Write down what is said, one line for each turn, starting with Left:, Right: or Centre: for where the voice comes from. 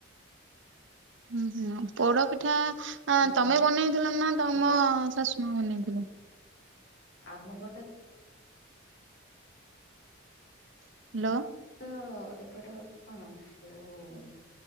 Right: ହୁଁ ହୁଁ ପୋଡ ପିଠା
Left: ତମ
Right: ତମେ ବନେଇଥିଲ ନା ତମ
Left: ପଟ
Right: ଶଶୁମା ବନେଇଥିଲେ।
Left: ଆମ ଗୋଟେ।
Right: ହ୍ୟାଲୋ।
Left: ତ ଏପଟ କଣ ଯୋଉ।